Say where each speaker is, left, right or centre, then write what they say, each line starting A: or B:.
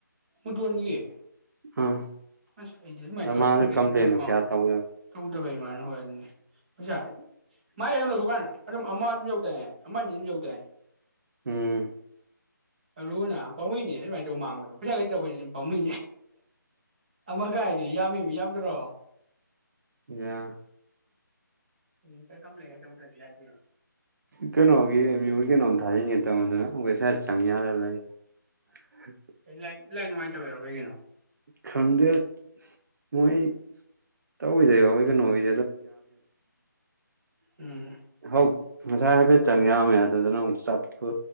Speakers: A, on the right; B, on the right.
A: ꯃꯨꯇꯟꯒꯤꯌꯦ
B: ꯑꯥ
A: ꯑꯁ ꯑꯩꯗꯤ ꯑꯗꯨꯃꯥꯏꯅ ꯇꯧꯔꯦ
B: ꯃꯥꯅ
A: ꯀꯝꯄ꯭ꯂꯦꯟ
B: ꯀꯝꯄ꯭ꯂꯦꯟꯗꯣ
A: ꯑꯗꯨꯗ
B: ꯀꯌꯥ
A: ꯑꯥ
B: ꯇꯧꯗ
A: ꯇꯧꯗꯕꯩꯃꯥꯏꯅ ꯍꯣꯏ ꯑꯗꯨꯅꯤ ꯄꯩꯁꯥ ꯃꯥꯏ ꯑꯗꯨꯝ ꯂꯧꯗꯨꯀꯥꯟꯗ ꯑꯗꯨꯝ ꯑꯃ ꯑꯗꯨꯝ ꯌꯧꯗꯅꯦ ꯑꯃ ꯑꯅꯤ ꯑꯗꯨꯝ ꯌꯧꯗꯏꯅꯦ
B: ꯎꯝ
A: ꯑꯨꯅ ꯄꯥꯝꯃꯣꯏꯅꯦ ꯑꯗꯨꯃꯥꯏꯅ ꯇꯧ ꯃꯥꯡꯕꯗꯣ ꯄꯩꯁꯥ ꯂꯩꯇꯕ ꯑꯩꯈꯣꯏꯁꯨ ꯑꯗꯨꯝ ꯄꯥꯃꯨꯣꯏꯅꯦ ꯑꯃ ꯀꯥꯏꯗꯤ ꯌꯥꯝꯃꯤꯕ ꯌꯥꯝꯗ꯭ꯔꯣ
B: ꯌꯥ
A: ꯎꯝ ꯈ ꯀꯝꯄ꯭ꯂ ꯍꯥꯏꯦ ꯎ ꯌꯥ
B: ꯀꯩꯅꯣꯒꯤ ꯑꯦꯝ ꯌꯨꯕꯒꯤ ꯀꯩꯅꯣꯝ ꯊꯥꯖꯤꯟꯒꯦ ꯇꯕ ꯑꯗꯨꯅ ꯋꯦꯕꯁꯥꯏꯠ ꯆꯪꯒꯦ ꯌꯥꯗꯅ ꯂꯩ ꯍ
A: ꯀ ꯂꯥꯏ ꯏꯥꯏ ꯅꯨꯡꯉꯥꯏꯇꯕꯔꯣ ꯀꯩꯒꯤꯅꯣ
B: ꯈꯪꯗꯦ ꯃꯣꯏ ꯇꯧꯋꯤꯗꯣꯏꯕ ꯑꯩꯈꯣꯏ ꯀꯩꯅꯣ ꯑꯣꯏ
A: ꯎꯝ
B: ꯍ ꯉꯁꯥꯏ ꯍꯥꯏꯐꯦꯠ ꯆꯪ ꯌꯥꯝꯃꯦ ꯑꯗꯨꯗꯅ ꯑꯃꯨꯛ ꯆꯞꯄꯨ